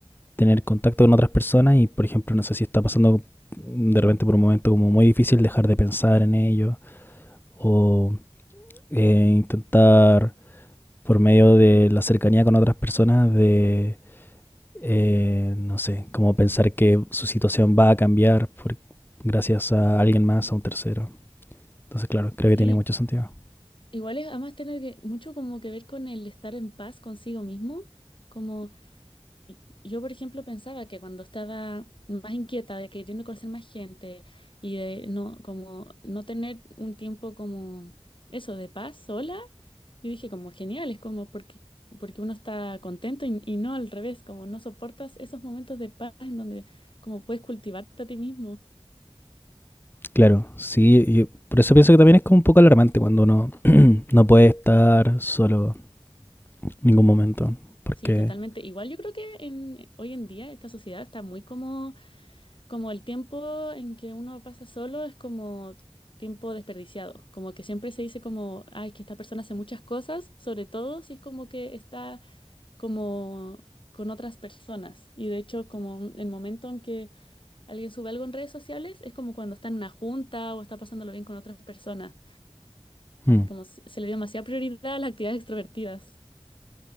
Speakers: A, on the left; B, on the left.
A: tener contacto con otras personas y, por ejemplo, no sé si está pasando de repente por un momento como muy difícil dejar de pensar en ello o eh, intentar por medio de la cercanía con otras personas, de, eh, no sé, como pensar que su situación va a cambiar por- gracias a alguien más, a un tercero. Entonces, claro, creo
B: sí.
A: que tiene mucho sentido.
B: Igual es además tener que, mucho como que ver con el estar en paz consigo mismo. Como y- yo, por ejemplo, pensaba que cuando estaba más inquieta de queriendo conocer más gente y de no, como no tener un tiempo como eso, de paz sola, yo dije como genial, es como porque, porque uno está contento y, y no al revés, como no soportas esos momentos de paz en donde como puedes cultivarte a ti mismo.
A: Claro, sí, y por eso pienso que también es como un poco alarmante cuando uno no puede estar solo en ningún momento, porque,
B: Sí, totalmente. Igual yo creo que en, hoy en día esta sociedad está muy como Como el tiempo en que uno pasa solo es como tiempo desperdiciado, como que siempre se dice como, ay, que esta persona hace muchas cosas, sobre todo si es como que está como con otras personas. Y de hecho, como el momento en que alguien sube algo en redes sociales es como cuando está en una junta o está pasándolo bien con otras personas,
A: mm,
B: como se se le dio demasiada prioridad a las actividades extrovertidas.